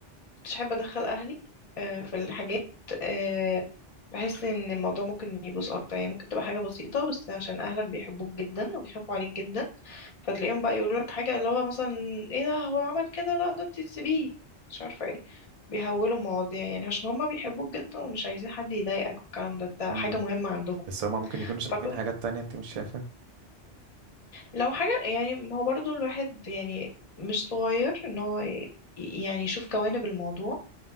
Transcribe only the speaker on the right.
مم.
بس هما ممكن يكونوا شايفين
حاجات تانية انت مش شايفها